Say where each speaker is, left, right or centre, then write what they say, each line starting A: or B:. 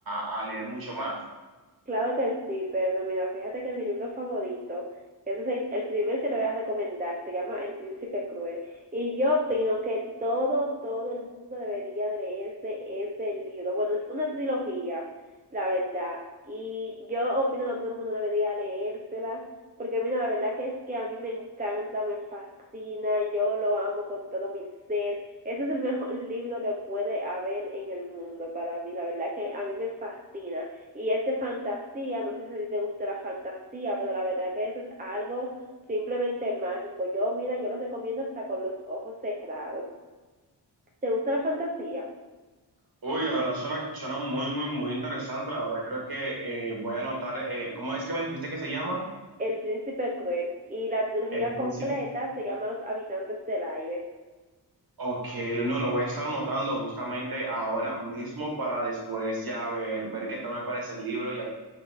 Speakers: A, on the right; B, on the right.
A: a- a leer mucho más?
B: Claro que sí, pero mira, fíjate que mi libro favorito, ese es el, el primer que te voy a recomendar, se llama El Príncipe Cruel. Y yo opino que todo, todo el mundo debería de leerse ese libro. Bueno, es una trilogía, la verdad. Y yo opino que todo el mundo debería leérsela, porque mira, la verdad que es que a mí me encanta, me fascina, yo lo amo con todo mi ser. Ese es el <laughs> mejor libro que puede haber en el mundo para mí, la verdad que a mí me fascina y es de fantasía, no sé si te gusta la fantasía, pero la verdad que eso es algo simplemente mágico. Yo, mira, yo los recomiendo hasta con los ojos cerrados. ¿Te gusta la fantasía?
A: Uy, la verdad suena, suena muy, muy, muy interesante, la verdad creo que eh, voy a anotar, eh, ¿cómo es que me dijiste que se llama?
B: El príncipe cruel y la trilogía
A: El Príncipe
B: completa se llama Los habitantes del aire.
A: Ok, no, lo voy a estar anotando justamente ahora mismo para después ya ver, ver qué tal me parece el libro. Ya,